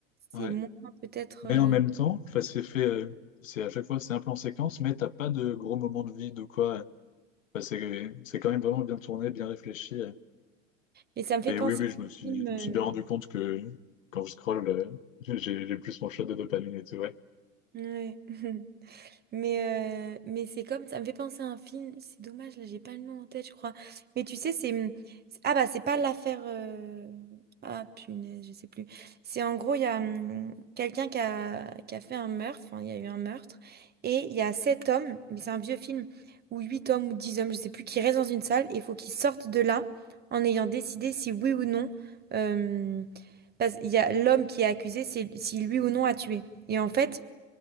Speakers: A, on the right (about 25°); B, on the left (about 80°).
A: c'est
B: Ouais.
A: moins peut-être.
B: Mais
A: euh,
B: en même temps, enfin, c'est fait... euh, c'est à chaque fois, c'est un peu en séquence, mais t'as pas de gros moments de vide ou quoi. Enfin, c'est c'est quand même vraiment bien tourné, bien réfléchi. euh.
A: Mais ça me fait
B: Mais
A: penser
B: oui, oui, je
A: à
B: me suis,
A: un film.
B: je
A: euh,
B: me suis bien rendu compte que quand je scrolle, euh, <laughs> j'ai j'ai plus mon shot de dopamine et tout, ouais.
A: Ouais. <laughs> Mais, euh, mais c'est comme, ça me fait penser à un film, c'est dommage, là, j'ai pas le nom en tête, je crois. Mais tu sais, c'est... hum, c'est- Ah bah, c'est pas l'affaire... euh, Ah punaise, je sais plus. C'est en gros, il y a hum, quelqu'un qui a, qui a fait un meurtre, enfin, il y a eu un meurtre, et il y a sept hommes, mais c'est un vieux film, ou huit hommes ou dix hommes, je sais plus, qui restent dans une salle, et il faut qu'ils sortent de là en ayant décidé si oui ou non... euh, parce qu'il y a l'homme qui est accusé, c'est si lui ou non a tué. Et en fait...